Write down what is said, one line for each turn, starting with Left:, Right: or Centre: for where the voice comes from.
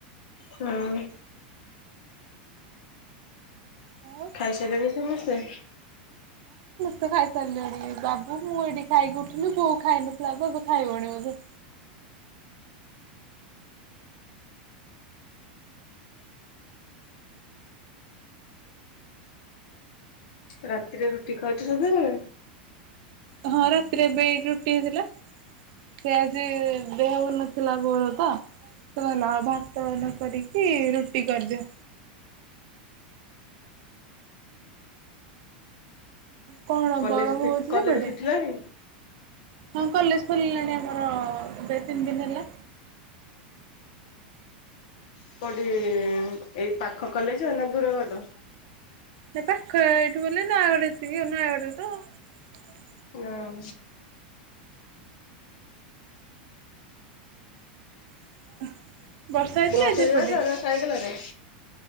Left: ହୁଁ।
Right: ଆଉ
Left: ଖାଇସରିଲେଣୀ ସମେସ୍ତେ?
Right: ତ ଖାଇସାରିଲଣି ବାବୁ ମୁଁ ଏଇଠି ଖାଇକି ଉଠିଲି ବୋଉ ଖାଇ ନଥିଲା ଏବେ ଖାଇବଣି ବୋଧେ।
Left: ରାତିରେ ରୁଟି ଖାଉଛୁ ସବୁବେଳେ?
Right: ହଁ ରାତିରେ ଏବେ ରୁଟି ହେଇଥିଲା ସେ ଆଜି ଦେହ ଭଲ ନଥିଲା ବୋର ତ ସେ କହିଲ ଆଉ ଭାତ ନ କରିକି ରୁଟି କରିଦିଅ। କଣ
Left: କଲେଜ୍
Right: ଗରମ ହଉଛି ସେପଟେ?
Left: କଲେଜ୍ ଫିଟିଲାଣି?
Right: ହଁ କଲେଜ୍ ଖଲିଲାଣି ଆମର ଦୁ ତିନି ଦିନ ହେଲା।
Left: କୋଉଠି ଏଇ ପାଖ କଲେଜ୍ ନା ଦୁରବାଟ?
Right: ନା ପାଖ ଏଇଠି ବ ନୟାଗଡ ଏତିକି ନୟାଗଡରେ ତ
Left: ହଁ।
Right: <inaudible>
Left: ବସ୍
Right: ଆଜି
Left: ରେ
Right: ଏପଟେ।
Left: ଯାଉଚ ନା ସାଇକଲ୍ ରେ?